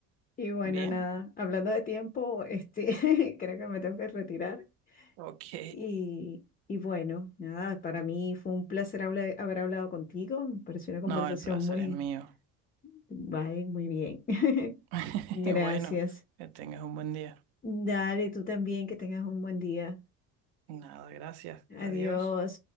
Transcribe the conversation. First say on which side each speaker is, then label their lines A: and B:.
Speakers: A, on the left (about 20°); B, on the right (about 65°).
A: Y bueno,
B: Bien,
A: nada, hablando de tiempo, este, <laughs> creo que me tengo que retirar.
B: ok.
A: Y, y bueno, nada, para mí fue un placer habla- haber hablado contigo. Me pareció una conversación
B: No, el placer
A: muy,
B: es mío.
A: bye, muy bien. <laughs>
B: <laughs>
A: Gracias.
B: Bueno, que tengas un buen día.
A: Dale, tú también, que tengas un buen día.
B: Nada, gracias. Adiós.
A: Adiós.